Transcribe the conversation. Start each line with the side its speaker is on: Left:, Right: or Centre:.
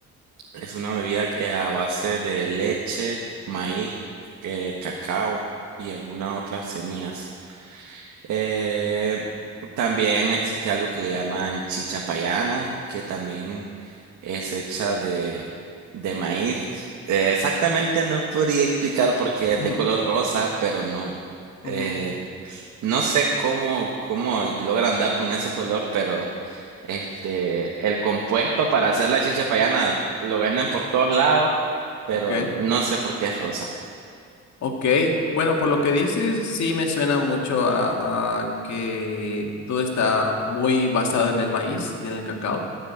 Right: es una bebida que- a base de leche, maíz, eh, cacao y algunas otras semillas. Eh, también existe algo que le llaman chichapayana, que también es hecha de, de maíz. Eh, exactamente no podría explicar porque es
Left: Mm,
Right: de color rosa, pero no.
Left: ujú,
Right: eh, No sé cómo, cómo logran dar con ese color, pero este, el compuesto para hacer la chicha payana lo venden por todos lados, pero
Left: Ok,
Right: no sé por qué es rosa.
Left: ok. Bueno, por lo que dices, sí me suena mucho a, a que todo está muy basado en el maíz y en el cacao.